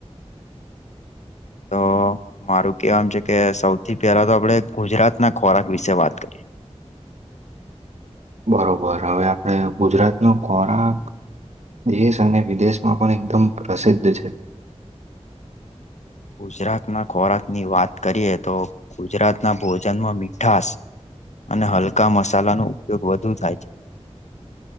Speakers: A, on the left; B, on the right.
A: હા મારું કેવામ છે કે સૌથી પહેલા તો આપણે ગુજરાત ના ખોરાક વિશે વાત કરીએ
B: બરોબર, હવે આપડે ગુજરાત નો ખોરાક દેશ અને વિદેશમાં પણ એકદમ પ્રસિદ્ધ છે
A: <inaudible> ગુજરાતના ખોરાકની વાત કરીએ તો ગુજરાતના ભોજનમાં મીઠશ અને હલકા મસાલાનો ઉપયોગ વધુ થાય છે